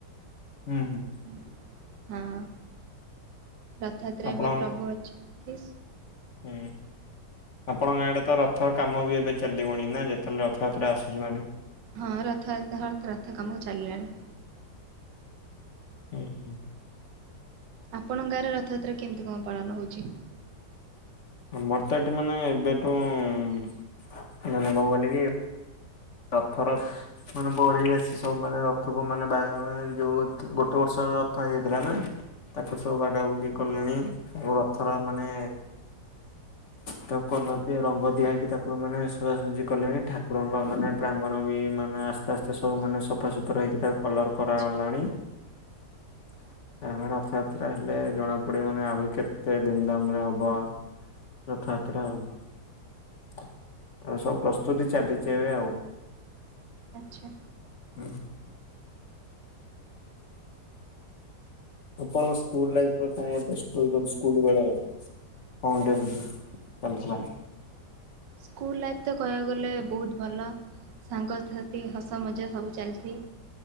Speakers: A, on the left (about 50°); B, on the right (about 80°).
A: ହୁଁ।
B: ହଁ। ରଥଯାତ୍ରା
A: ଆପଣ
B: ଏବେ ପ୍ରଭୁ ଅଛନ୍ତି।
A: ହୁଁ। ଆପଣଙ୍କ ଗାଁ ଆଡ଼େତ ରଥ କାମବି ଏବେ ଚାଲିବଣି ନା ଯେତେବେଳେ ରଥଯାତ୍ରା ଆସୁଚି ମାନେ?
B: ହଁ ରଥ ରଥ ରଥ କାମ ଚାଲିଲାଣି।
A: ଉଁ ହୁଁ।
B: ଆପଣଙ୍କ ଗାଁରେ ରଥଯାତ୍ରା କେମିତି କଁ ପାଳନ ହଉଚି?
A: ଆମରତ ଏଠି ମାନେ ଏବେଠୁ ମାନେ କଁ କହିଲେ କି ରଥର ମାନେ ବଢେଇ ଆସି ସବୁ ମାନେ ରଥକୁ ମାନେ <unintelligible> ଯୋଉ ଗୋଟେ ବର୍ଷର ରଥ ହେଇ ଯାଇଥିଲାନା। ତାକୁ ସବୁ ବାଗାବୁଗି କଲେଣି ରଥର ମାନେ ତାକୁ କଲର୍ ଦିଆ ରଙ୍ଗ ଦିଆ ହେଇକି ମାନେ ସଜାସଜି କଲେନି ଠାକୁରଙ୍କୁ ମାନେ ପ୍ରାଙ୍ଗଣବି ମାନେ ଆସ୍ତେ ଆସ୍ତେ ସବୁ ମାନେ ସଫା ସୁତୁରା ହେଇକି ତାକୁ କଲର୍ କରା
B: ଆଚ୍ଛା
A: ହେଲାଣି <inaudible> ତାପରେ ରଥଯାତ୍ରା ହେଲେ ଜଣା ପଡ଼ିବ ମାନେ ଆହୁରି କେତେ ଧୂମଧାମରେ ହବ। ରଥଯାତ୍ରା ଆଉ <inaudible> ତାପରେ ସବୁ ପ୍ରସ୍ତୁତି ଚାଲିଚି ଏବେ ଆଉ।
B: ଆଛା।
A: <unintelligible> ଆପଣ ସ୍କୁଲ୍ ଲାଇଫରେ କଣ କରିଥିଲେ ସ୍କୁଲ୍ ଷ୍ଟୋରି ସ୍କୁଲ୍ ବେଳେ? କଣ କେମିତି ଚାଲିଥିଲା?
B: ସ୍କୁଲ ଲାଇଫ ତ କହିବାକୁ ଗଲେ ବହୁତ ଭଲ। ସାଙ୍ଗସାଥୀ ହସ ମଜା ସବୁ ଚାଲିଚି।